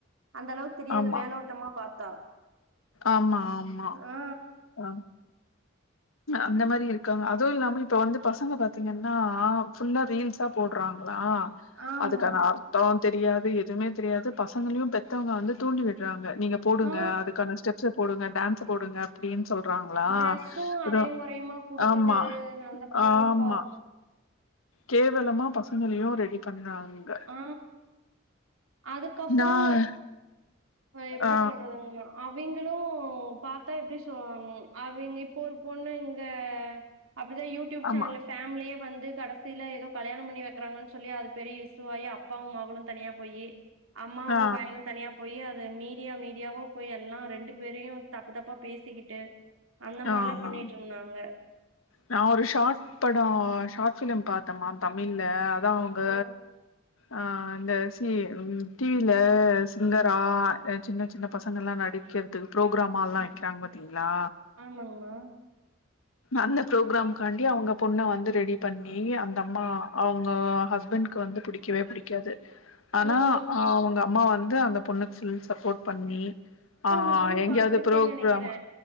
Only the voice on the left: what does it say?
ஆமா
ஆமா ஆமா
ஆ அந்த மாரி இருக்காங்க அதுவு இல்லாம இப்ப வந்து பசங்க பாத்தீங்கன்னா ஃபுல்லா ரீல்ஸா போடுறாங்ளா
அதுக்கான அர்த்தோ தெரியாது எதுவுமே தெரியாது பசங்களையு பெத்தவங்க வந்து தூண்டி விடுறாங்க நீங்க போடுங்க
அதுக்கான ஸ்டெப்ஸ போடுங்க டான்ஸ போடுங்க அப்டின்னு சொல்றாங்களா
எது
ஆமா
ஆமா
கேவலமா பசங்களையு ரெடி பண்றாங்க
நான்
ஆ
ஆமா
ஆ
ஆ ஆ
ஆ. நா ஒரு ஷார்ட் படோ ஷார்ட் ஃபிலிம் பாத்தேமா தமிழ்ல அதா அவுங்க
ஆ இந்த சி ம் டிவில சிங்கரா சின்ன சின்ன பசங்கல்லா நடிக்கர் த்து ப்ரோக்ராமால்லா வைக்கிறாங்க பாத்தீங்ளா
அந்த ப்ரோக்ராம்காண்டி அவுங்க பொண்ண வந்து ரெடி பண்ணி அந்த அம்மா அவுங்க ஹஸ்பண்ட்க்கு வந்து புடி க்கவே புடிக்காது ஆனா
அவுங்க அம்மா வந்து அந்த பொண்ணுக்கு ஃபுல் சப்போர்ட் பண்ணி ஆ
எங்கேயாவுது
ப்ரோக்ராம்